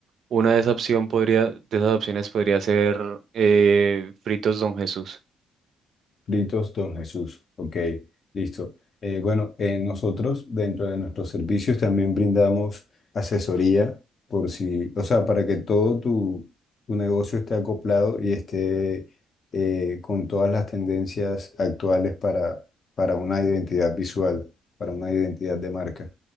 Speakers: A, on the right; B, on the left.
A: Una de esas opción podría, de esas opciones podría ser eh, Fritos Don Jesús.
B: Fritos Don Jesús, ok, listo. Eh, bueno, eh, nosotros dentro de nuestros servicios también brindamos asesoría por si, o sea, para que todo tu, tu negocio esté acoplado y esté eh, con todas las tendencias actuales para, para una identidad visual, para una identidad de marca.